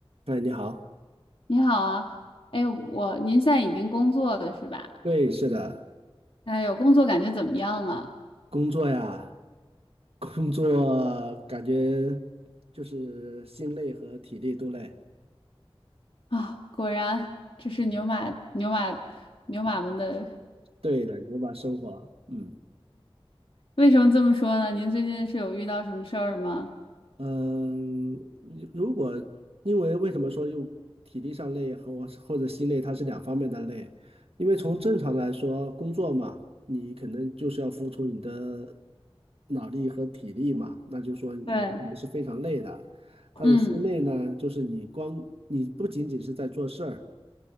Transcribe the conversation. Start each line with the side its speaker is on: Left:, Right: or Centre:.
Right: 哎，你好，
Left: 你好啊，哎，我您现在已经工作了是吧？
Right: 对，是的，
Left: 哎呦，工作感觉怎么样啊？
Right: 工作呀，<laughs> 工作感觉就是心累和体力都累。
Left: 啊，果然这是牛马牛马
Right: 嗯，
Left: 牛马们的，
Right: 对的，你就把生活，嗯。
Left: 为什么这么说呢？您最近是有遇到什么事儿吗？
Right: 嗯，如果因为为什么说又体力上累和我或者心累，它是两方面的累。因为从正常来说，工作嘛，你可能就是要付出你的脑力和体力嘛，那就是说你肯定是非常累的。
Left: 对，嗯，
Right: 但是心累呢，就是你光你不仅仅是在做事儿，